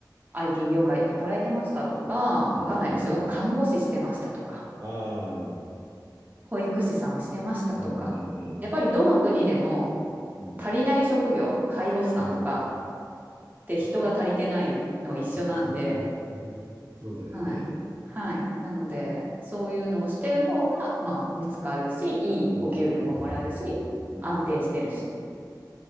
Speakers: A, on the right (about 25°); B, on the right (about 60°).
A: IT 業界で働いてましたとか、
B: うんうんうん。
A: わかんないですよ。看護師してましたとか、
B: ああ。
A: 保育士さんしてましたとか、
B: うんうんうん
A: やっぱりどの国でも
B: うん
A: 足りない職業、介護士さんとか
B: うん
A: って人が足りてないのは一緒なんで、
B: ああ、それは、うん、そうだよね。
A: はい。はい。なので、そういうのをしてる方が、まあ、見つかるし、いいお給料ももらえるし、
B: うんうんうんうん。
A: 安定してるしっ